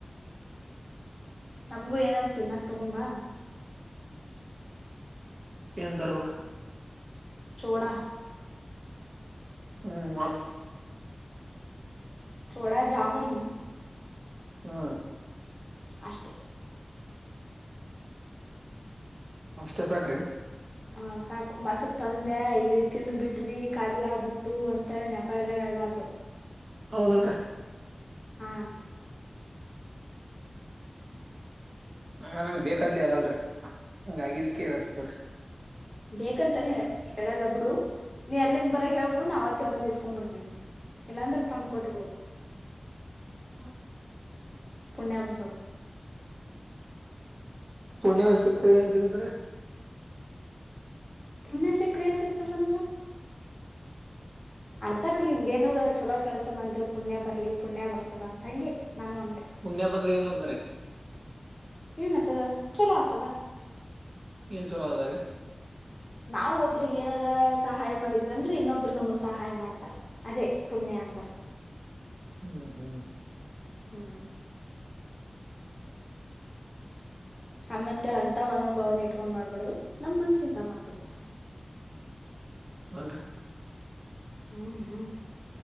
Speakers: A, on the left; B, on the right.
A: ನಮ್ಗು ಏನರಾ ತಿನ್ನೋಕೆ ತಗೊಂಬಾ.
B: ಏನ್ ತರ್ಬೇಕು.
A: ಚೋಡ.
B: ಹ್ಮ್ ಮತ್ತ.
A: ಚೋಡಾ ಜಾಮುನ್.
B: ಹಾ
A: ಅಷ್ಟೇ
B: ಅಷ್ಟೇ ಸಾಕ್ರಿ.
A: ಹ ಸಾಕು ಮತ್ ತಂದೆ ಇಲ್ಲಿ ತಿಂದ್ ಬಿಟ್ವಿ ಖಾಲಿ ಆಗ್ಬಿಟ್ಟು ಅಂತೇಳ ನೆಪ ಎಲ್ಲಾ ಹೇಳ್ಬಾರ್ದು.
B: ಹೌದೇನ್ರಿ.
A: ಹಾ
B: ನಾವ ನಂಗ್ ಬೇಕಾದ್ಲಿ ಅ ಅಲ್ರರಿ ಹಂಗ ಆಗಿದಕ್ಕೆ ಇತ್ತಿ
A: ಬೇಕಂತಾನ ಹೇಳಲ್ಲ ಬಿಡು ನೀ ಅಲ್ಲಿಂದ ಬರಗೆ ಹೇಳ್ಬಿಡು ನಾವ್ತ್ತೆ ಬಂದ್ ಇಸ್ಕೊಂಡ್ಬಿಡ್ತೀನಿ ಇಲ್ಲಾಂದ್ರೆ ತಂದ್ ಕೊಟ್ ಬಿಡು
B: ಹ
A: ಪುಣ್ಯಬರ್ತದ
B: ಪುಣ್ಯ ಸಿಕ್ಕರ ಏನ್ ಸಿಗತ್ ರಿ
A: ಪುಣ್ಯ ಸಿಕ್ಕ್ರ ಏನ್ ಸಿಕ್ತದಂದ್ರ ಅಂತಾರಲ್ಲಿ ಹಿಂಗ ಏನರ ಚಲೋ ಕೆಲಸ ಮಾಡಿದ್ರೆ ಪುಣ್ಯ ಬರ್ಲಿ ಪುಣ್ಯ ಬರ್ತದ ಅಂತಂಗೆ ನಾನು ಅಂದೇ
B: ಪುಣ್ಯ ಬಂದ್ರಿ ಏನ ಆದರಿ
A: ಏನ್ ಆತದ ಚುಲೋ ಆಗ್ತದ
B: ಏನ್ ಚಲೋ ಆದ
A: ನಾವ ಒಬ್ರಗ್ ಏನಾರ ಸಹಾಯ ಮಾಡಿದ್ವಿ ಅಂದ್ರ ಇನ್ನೊಬ್ರು ನಮಗ್ ಸಹಾಯ ಮಾಡ್ತಾರ ಅದೇ ಪುಣ್ಯಾ ಅಂದ್ರ
B: ಹ್ಮ್ ಹ್ಮ್
A: ಹ್ಮ್ ಹಂಗಂತ ಹೇಳಿ ಅಂತ ಮನೋಭಾವನೆ ಇಟ್ಕೊಂಡ್ ಮಾಡ್ಬಾರ್ದು ನಮ್ ಮನ್ಸಿಂದ ಮಾಡ್ಬೇಕು
B: ಬಂದ
A: ಹ್ಮ್ ಹ್ಮ್